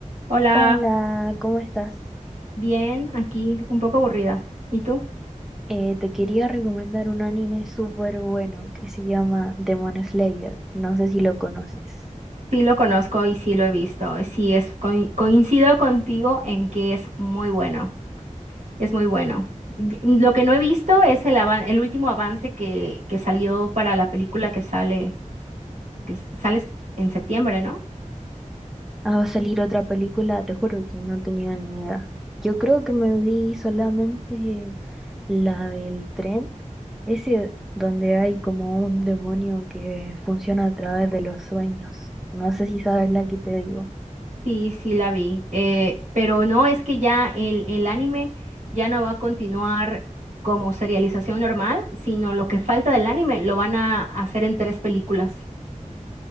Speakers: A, on the right; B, in the centre.
A: Hola,
B: Hola, ¿cómo estás?
A: bien, aquí un poco aburrida. ¿Y tú?
B: Eh, te quería recomendar un anime súper bueno que se llama Demon Slayer. No sé si lo conoces.
A: Sí lo conozco y sí lo he visto. Sí, es coi- coincido contigo en que es muy bueno. Es muy bueno. Y- mm, Lo que no he visto es el, avan- el último avance que, que salió para la película que sale, que s- sale s- en septiembre, ¿no?
B: Ah, va a salir otra película, te juro que no tenía ni idea. Yo creo que me vi solamente la del tren, ese donde hay como un demonio que funciona a través de los sueños. No sé si sabes la que te digo.
A: Sí, sí la vi. Eh, pero no, es que ya el, el anime ya no va a continuar como serialización normal, sino lo que falta del anime lo van a hacer en tres películas.